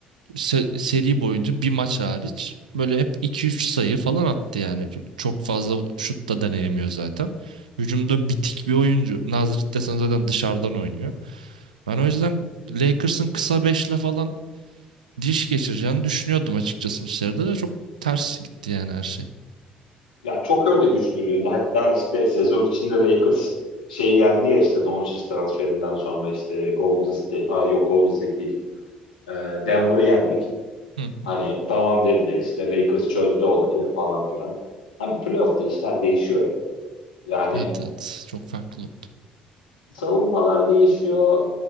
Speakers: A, on the right; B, on the left.
A: se- seri boyunca bir maç hariç böyle hep iki üç sayı falan attı yani. Ç- Çok fazla şut da deneyemiyor zaten. Hücumda bitik bir oyuncu. Nazrit desen zaten dışarıdan oynuyor. Ben o yüzden Lakers'ın kısa beşle falan diş geçireceğini düşünüyordum açıkçası bu seride de çok ters gitti yani her şey.
B: Ya çok öyle düşünülüyordu. Hatta işte sezon içinde Lakers şey yendi ya işte Doncic transferinden sonra işte Golden State, aa yok Golden State değil. Ee, Denver'ı yendik.
A: Hı
B: Hani
A: hı.
B: tamam dediler işte Lakers çözdü olayı falan filan. Abi playoff'ta işler değişiyor ya. Yani
A: Evet evet çok farklı oldu.
B: savunmalar değişiyor.